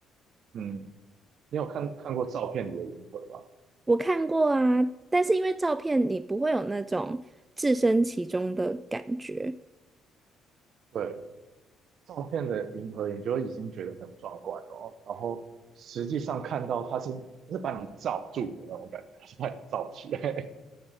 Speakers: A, on the right (about 55°); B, on the right (about 20°).
A: 嗯，你有看看过照片里的银河吗？
B: 我看过啊，但是因为照片你不会有那种置身其中的感觉。
A: 对，照片的银河你就已经觉得很壮观哦，然后实际上看到它是它是把你罩住的那种感觉，它是把你罩起来。<laughs>